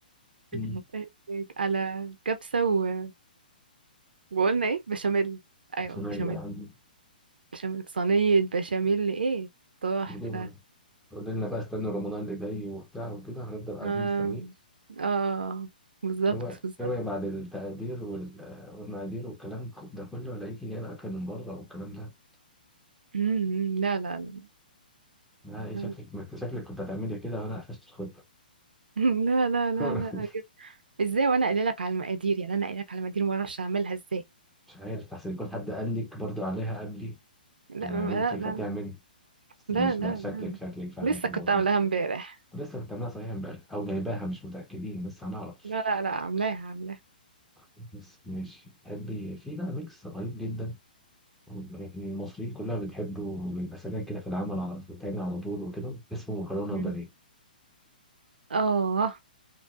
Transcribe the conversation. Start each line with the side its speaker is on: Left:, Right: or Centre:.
Centre: مم.
Right: <laughs> على كبسه و... وقلنا ايه بشاميل ايوه
Centre: مش
Right: بشاميل بشاميل صينيه بشاميل ايه تحفه
Centre: معقول. تقول لنا بقى استنوا رمضان اللي جاي وبتاع وكده هنفضل قاعدين
Right: اه
Centre: مستنيين
Right: اه بالظبط
Centre: هو
Right: بالظبط
Centre: هو بعد التقدير وال- والمقادير والكلام ده كله الاقيكي جايبه اكل من بره والكلام ده
Right: امم لا لا لا
Centre: لا ايه
Right: <laughs>
Centre: شكلك ما انت شكلك كنت هتعملي كده وانا قفشت الخطه
Right: لا لا لا
Centre: <laughs>
Right: لا أجل. ازاي وانا قايله لك على المقادير يعني انا قايله لك على المقادير ما اعرفش اعملها ازاي
Centre: مش عارف احسن يكون حد قال لك برضو عليها قبلي
Right: لا
Centre: و-
Right: لا
Centre: وانتي
Right: لا
Centre: خدتيها مني بس
Right: لا
Centre: ماشي
Right: لا
Centre: لا شكلك
Right: لا
Centre: شكلك فاهمه
Right: لسه
Centre: في الموضوع
Right: كنت عاملاها امبارح
Centre: ولسه بتعملها صحيح امبارح او جايباها مش متاكدين لسه هنعرف
Right: لا لا لا عاملاها عاملاها
Centre: بس ماشي تحبي في بقى ميكس رهيب جدا يعني المصريين كلها بتحبه بيبقى سريع كده في العمل على بتاعنا على طول وكده اسمه مكرونة
Right: مم.
Centre: وبانيه
Right: اه